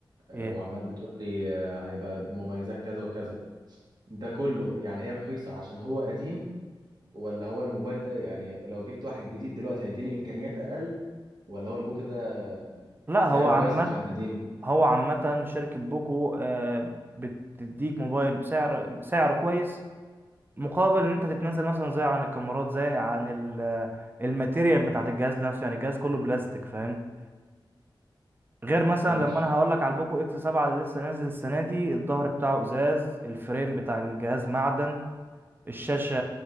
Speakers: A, on the right (about 50°); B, on the right (about 25°).
A: آه،
B: ايه
A: وعمال بتقول لي آه، هيبقى بمميزات كذا وكذا ده كله يعني هي رخيصة عشان هو قديم ولا هو الموبايل ده يعني لو جبت واحد جديد دلوقتي هيديني إمكانيات أقل ولا هو البوك ده
B: لا
A: آه، سعره
B: هو عامة
A: كويس عشان قديم
B: هو عامة شركة بوكو آه، بتديك موبايل بسعر سعر كويس مقابل ان انت تتنازل مثلا زي عن الكاميرات زي عن ال- آه، الماتيريال بتاعت الجهاز نفسه يعني الجهاز كله بلاستيك فاهم غير مثلا
A: ماشي
B: لما انا هقول لك على البوكو اكس 7 اللي لسه نازل السنة دي الظهر بتاعه ازاز الفريم بتاع الجهاز معدن الشاشة